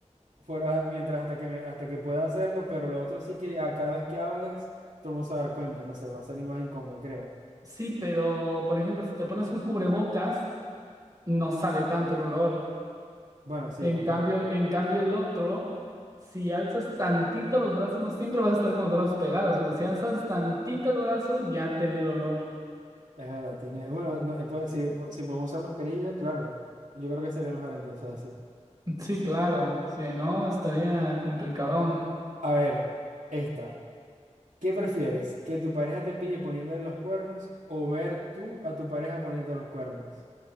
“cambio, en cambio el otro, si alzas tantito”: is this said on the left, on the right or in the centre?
Right